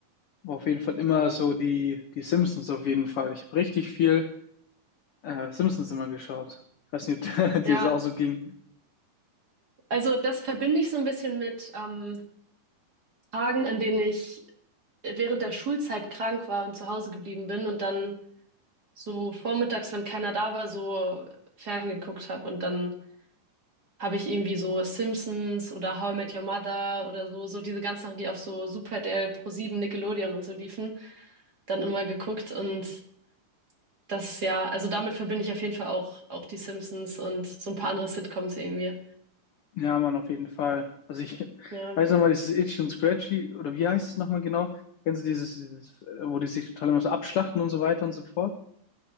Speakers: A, on the left; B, on the right.
A: war auf jeden Fall immer so die, die Simpsons auf jeden Fall. Ich habe richtig viel äh, Simpsons immer geschaut. Ich weiß nicht, ob <laughs> dir
B: Ja,
A: das auch so ging.
B: also das verbinde ich so ein bisschen mit ähm, Tagen, an denen ich während der Schulzeit krank war und zu Hause geblieben bin und dann so vormittags, wenn keiner da war, so ferngeguckt habe und dann habe ich irgendwie so Simpsons oder How I Met Your Mother oder so, so diese ganzen Sachen, die auf so Super D R, Pro sieben Nickelodeon und so liefen, dann immer geguckt und das ja, also damit verbinde ich auf jeden Fall auch auch die Simpsons und so ein paar andere Sitcoms irgendwie.
A: Ja, Mann, auf jeden Fall. Also ich <laughs>
B: Ja,
A: weiß nochmal, dieses Itchy und Scratchy, oder wie heißt es nochmal genau? Kennst du dieses, dieses, äh, wo die sich total immer so abschlachten und so weiter und so fort?